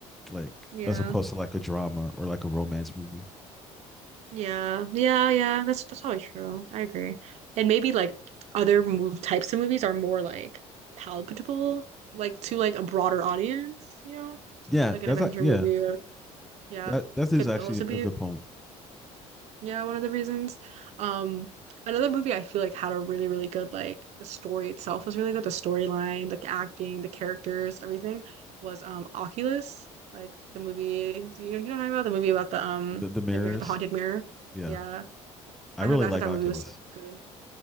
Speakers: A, in the centre; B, on the right.
A: like
B: Yeah.
A: as opposed to like a drama or like a romance movie
B: Yeah. Yeah. Yeah. That's that's probably true. I agree. And maybe like other move types of movies are more like palatable, like to like a broader audience, you know?
A: yeah
B: Like
A: that's
B: an adventure
A: yeah
B: movie or yeah.
A: that that is
B: Could
A: actually
B: also be
A: a good point
B: Yeah, one of the reasons. Um, another movie I feel like had a really, really good like the story itself was really good. The storyline, the acting, the characters, everything was um Oculus, like the movie. Do you, you know what I'm talking about? The movie about the um
A: the, the mirrors
B: the mirror, the haunted mirror.
A: yeah
B: Yeah,
A: i
B: I
A: really
B: thought I
A: like
B: thought that
A: oculus
B: movie was so good.